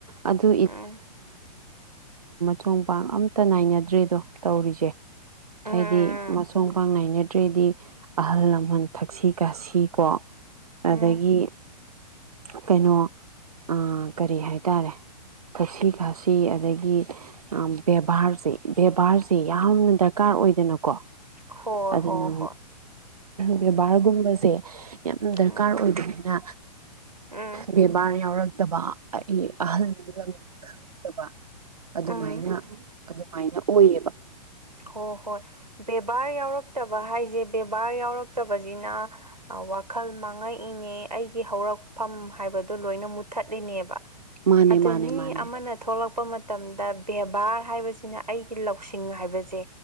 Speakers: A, on the right; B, on the right.
A: ꯑꯗꯨ
B: ꯎꯝ
A: ꯆꯣꯡ ꯄꯥꯡ ꯑꯝꯇ ꯅꯥꯏꯅꯗ꯭ꯔꯦꯗꯣ ꯇꯧꯔꯤꯁꯦ
B: ꯎꯝ
A: ꯍꯥꯏꯗꯤ ꯃꯁꯣꯡ ꯄꯥꯛ ꯅꯥꯏꯅ ꯠꯇ꯭ꯔꯦꯗꯤ ꯑꯍꯜ ꯂꯃꯟ ꯊꯛꯁꯤ ꯈꯥꯁꯤ ꯀꯣ ꯑꯗꯒꯤ
B: ꯎꯝ
A: ꯀꯩꯅꯣ ꯑꯥ ꯀꯔꯤ ꯍꯥꯏꯇꯥꯔꯦ ꯊꯛꯁꯤ ꯈꯥꯁꯤ ꯑꯗꯒꯤ ꯕꯦꯕꯥꯔꯁꯦ ꯕꯦꯕꯥꯔꯁꯤ ꯌꯥꯝꯅ ꯗꯔꯀꯥꯔ ꯑꯣꯏꯗꯅꯀꯣ
B: ꯍꯣꯏ
A: ꯑꯗꯨꯅ
B: ꯍꯣꯏ ꯍꯣꯏ
A: ꯕꯦꯕꯥꯔꯒꯨꯝꯕꯁꯦ ꯌꯥꯝ ꯗꯔꯀꯥꯔ
B: ꯎꯝ
A: ꯑꯣꯏꯕꯅꯤꯅ
B: ꯎꯝ
A: ꯕꯦꯃꯥꯔ ꯌꯥꯎꯔꯛꯇꯕ ꯑꯩ ꯑꯍꯜ ꯅꯤꯡꯖꯃꯅꯤ ꯈꯪꯉꯛꯇꯕ ꯑꯗꯨꯃꯥꯏꯅ
B: ꯎꯝ
A: ꯑꯗꯨꯃꯥꯏꯅ ꯑꯣꯏꯌꯦꯕ
B: ꯍꯣ ꯍꯣꯏ ꯕꯦꯕꯥꯔ ꯌꯥꯎꯔꯛꯇꯕ ꯍꯥꯏꯁꯦ ꯕꯦꯕꯥꯔ ꯌꯥꯎꯔꯛꯇꯕꯁꯤꯅ ꯑꯥ ꯋꯥꯈꯜ ꯃꯥꯡꯉꯛꯏꯅꯦ ꯑꯩꯒꯤ ꯍꯧꯔꯛꯐꯝ ꯍꯥꯏꯕꯗꯣ ꯂꯣꯏꯅ ꯃꯨꯊꯠꯂꯤꯅꯦꯕ
A: ꯃꯥꯅꯦ
B: ꯑꯗ
A: ꯃꯥꯅꯦ
B: ꯃꯤ
A: ꯃꯥꯅꯦ
B: ꯑꯃꯅ ꯊꯣꯛꯂꯛꯄ ꯃꯇꯝꯗ ꯕꯦꯕꯥꯔ ꯍꯥꯏꯕꯁꯤ ꯁꯤꯅ ꯑꯩꯒꯤ ꯂꯧꯁꯤꯡ ꯍꯥꯏꯕꯁꯦ